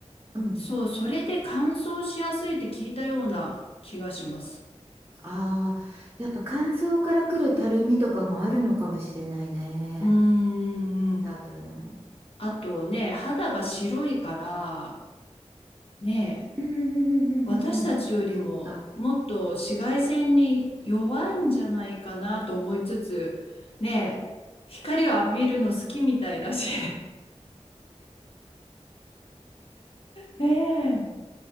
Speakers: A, on the right; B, on the left.
A: うん。
B: そう、それで乾燥しやすいって聞いたような気がします。
A: ああ、やっぱ乾燥からくるたるみとかもあるのかもしれないね。
B: うーんうん。
A: 多分。
B: あとね、肌が白いから、ねえ
A: うんうんうんうんうんうん。
B: 私たちよりももっと紫外線に弱いんじゃないかなと思いつつ、
A: そっか。
B: ねえ、光を浴びるの好きみたいだし。<laughs> ね